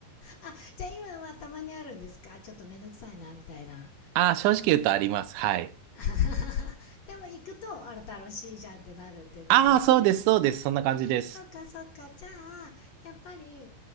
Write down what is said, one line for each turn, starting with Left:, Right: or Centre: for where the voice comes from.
Left: あじゃあ今はたまにあるんですかちょっとめんどくさいなみたいな
Right: ああ、正直言うとあります。はい。
Left: <laughs> でも行くと、あら楽しいじゃんってなるっていうことですよね。
Right: ああ、そうです、そうです。そんな感じです。
Left: そっかそっか。じゃあ、やっぱり、